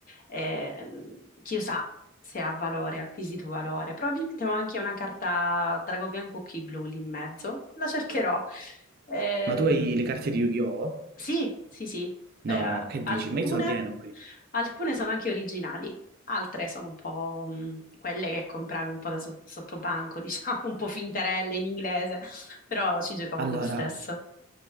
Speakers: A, on the left (about 45°); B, on the right (about 50°).
A: Ehm, chissà se ha valore, ha acquisito valore. Probabilmente ho anche una carta Drago Bianco Occhi Blu lì in mezzo. La cercherò. Eh,
B: Ma tu hai le carte di Yu-Gi-Oh?
A: sì, sì, sì. Eh,
B: No, che
A: alcune,
B: dici? Ma io sono pieno qui.
A: alcune sono anche originali, altre sono un po' mh, quelle che compravi un po' da so- sottobanco, <laughs> diciamo, un po' finterelle in inglese, però ci giocavamo
B: Allora,
A: lo stesso.